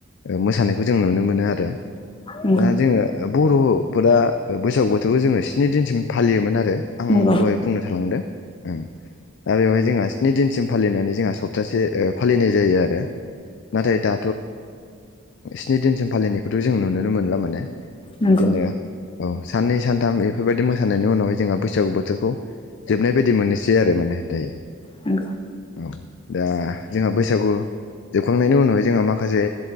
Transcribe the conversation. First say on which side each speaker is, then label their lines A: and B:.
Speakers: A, on the left; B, on the left.
A: मोसानायखौ जों नुनो मोनो आरो।
B: नंगौ
A: दा जोङो ओब बर'फोरा ओ बैसागु बोथोरखौ जोङो स्नि दिनसिम फालियोमोन आरो। आं
B: नंगौ
A: दहाय बुंनो थालांदों ओं दा बेवहाय जोंहा स्नि दिनसिम फालिनानै जोंहा सप्तासे ओ फालिनाय जायो आरो नाथाय दा स्नि दिनसिम फालिनायखौथ' जों नुनो मोनला माने।
B: नंगौ
A: बिदिनो औ साननै सानथाम एफोरबायदि मोसानायनि उनावहाय जोंहा बैसागु बोथोरखौ जोबनाय बायदि मोननोसै आरो माने दायो।
B: नोंगौ।
A: औ दा जोंहा बैसागु जोबखांनायनि उनावाय जोंहा मा माखासे